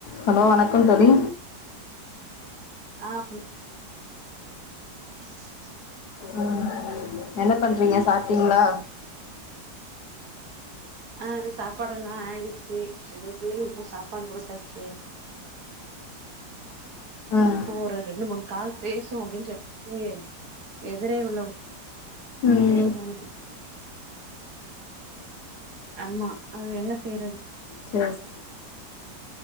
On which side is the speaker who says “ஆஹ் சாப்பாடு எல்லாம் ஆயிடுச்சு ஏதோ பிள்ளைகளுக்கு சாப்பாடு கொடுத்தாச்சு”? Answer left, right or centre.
Right